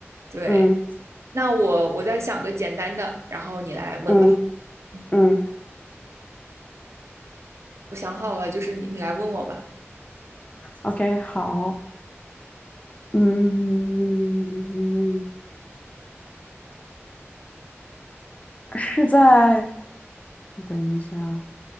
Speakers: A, on the right (about 80°); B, on the left (about 30°).
A: 对，
B: 嗯
A: 那我我再想个简单的，然后你来问吧。
B: 嗯
A: 嗯，
B: 嗯
A: 我想好了，就是你你来问我吧。
B: ，OK，好，嗯。是在，等一下，